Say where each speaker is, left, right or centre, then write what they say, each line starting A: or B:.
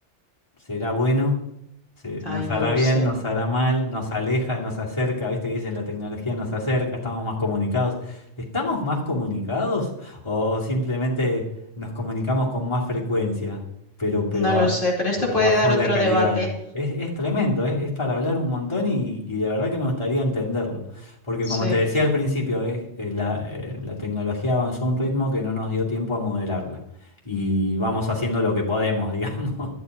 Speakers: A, on the left; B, on the left.
A: será bueno, Se-
B: Ay,
A: nos hará
B: no lo
A: bien,
B: sé,
A: nos hará mal, nos aleja, nos acerca, viste que dicen la tecnología nos acerca, estamos más comunicados. ¿Estamos más comunicados o, o simplemente nos comunicamos con más frecuencia, pero, pero,
B: no lo
A: ba-
B: sé, pero esto
A: pero
B: puede
A: bajó
B: dar otro
A: la calidad?
B: debate.
A: Es, es tremendo, es, es para hablar un montón y, y de verdad que me gustaría entenderlo, porque
B: Sí.
A: como te decía al principio, es- eh, la, eh, la tecnología avanzó a un ritmo que no nos dio tiempo a moderarla y vamos haciendo lo que podemos, <laughs> digamos